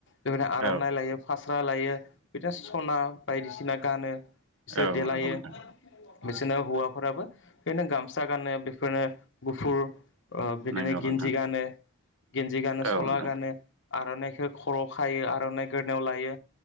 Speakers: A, on the left (about 60°); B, on the right (about 80°).
A: बेबादिनो आर'नाइ
B: औ
A: लायो फास्रा लायो बिदिनो सना बायदिसिना गानो बिसोर
B: औ
A: देलायो
B: नंगौ नोंथां
A: बिसोरनो हौवाफोराबो बेनो गामसा गानो बेफोरनो गुफुर ओ बिदिनो
B: नंगौ
A: गेन्जि
B: नोंथां
A: गानो गेन्जि गानो
B: औ
A: सला
B: नोंथां
A: गानो। आर'नाइखो खर'आव खायो आर'नाइखो गोदनायाव लायो